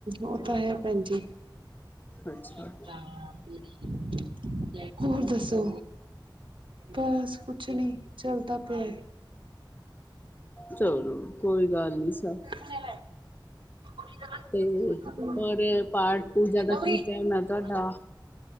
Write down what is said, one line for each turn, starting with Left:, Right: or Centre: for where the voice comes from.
Right: ਉਹ ਤਾਂ ਹੈ ਭੈਣਜੀ।
Left: ਅੱਛਾ
Right: <inaudible> ਹੋਰ ਦੱਸੋ, ਬਸ ਕੁਛ ਨੀ, ਚੱਲਤਾ ਪਿਆ ਏ।
Left: ਚਲੋ ਕੋਈ ਗੱਲ ਨੀ, ਸਭ
Right: <unintelligible> ਕੁੜੀ
Left: ਤੇ
Right: ਤੋ
Left: ਹੋਰ ਪਾਠ ਪੂਜਾ ਦਾ
Right: ਮਾਰੀ
Left: ਕੀ
Right: ਹੂੰ
Left: ਟਾਈਮ ਹੈ ਤੁਹਾਡਾ